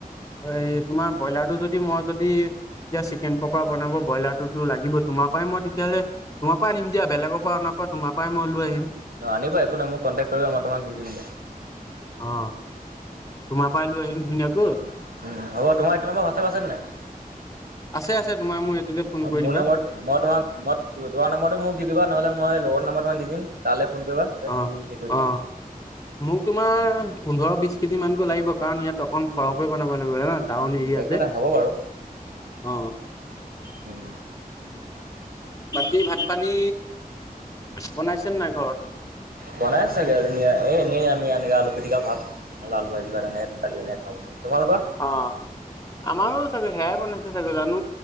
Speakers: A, on the left; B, on the right.
A: এই তোমাৰ ব্ৰইলাৰটো যদি মই যদি যেতিয়া চিকেন পকৰা বনাব ব্ৰইলাৰটোতো লাগিব তোমাৰ পৰাই মই তেতিয়াহ'লে তোমাৰ পৰাই আনিম দিয়া বেলেগৰ পৰা আনাতকৈ তোমাৰ পৰাই মই লৈ আহিম
B: অ আনিবা একো নাই মোক কণ্টেক কৰিবা মই তোমাক দি দিম দে
A: অ তোমাৰ পৰাই লৈ আহিম ধুনীয়াকৈ
B: উম হ'ব তোমাৰ এইটো নম্বৰত হোৱাতচপ আছে নে নাই
A: আছে আছে তোমাৰ মোক এইটোতে ফোন কৰি
B: মোৰ
A: দিবা
B: নম্বৰত মই তোমাক মই তোমাৰ নাম্বাৰটো মোক দি দিবা নহ'লে মই লগৰ নাম্বাৰটো তোমাক দি দিম তালৈ ফোন কৰিবা
A: অহ
B: সি হেৰি কৰি দিব।
A: অহ
B: উম,
A: মোক তোমাৰ পোন্ধৰ বিশ কেজি মানকৈ লাগিব কাৰণ ইয়াত অকণ সৰহকৈ বনাব লাগিব জানা টাউন
B: উম,
A: এৰিয়া
B: একো
A: যে
B: নাই হ'ব বাৰু
A: অহ
B: উম
A: বাকী ভাত পানী বনাইছে নে নাই ঘৰত
B: বনাই চাগে আজি এ এনেই আমি এনেকে আলু পিটিকা ভাত হ'লে আলু ভাজি কিবা এটা এনে দালি এনে খাওঁ তোমালোকৰ
A: অহ আমাৰো চাগে সেয়াই বনাইছে চাগৈ জানো